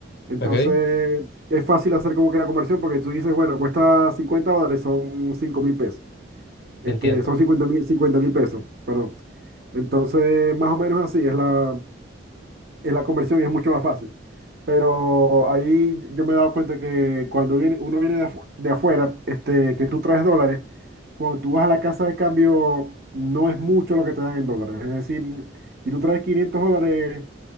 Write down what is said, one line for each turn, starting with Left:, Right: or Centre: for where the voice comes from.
Right: Entonces,
Left: Ok, te
Right: es fácil hacer como que la conversión porque tú dices, bueno, cuesta 50 dólares, son cinco mil pesos. Este,
Left: entiendo.
Right: son cincuenta mil, cincuenta mil pesos, perdón. Entonces, más o menos así es la, en la conversión es mucho más fácil. Pero ahí yo me he dado cuenta que cuando viene, uno viene de, afu- de afuera, este, que tú traes dólares, cuando tú vas a la casa de cambio, no es mucho lo que te dan en dólares. Es decir, si tú traes 500 dólares,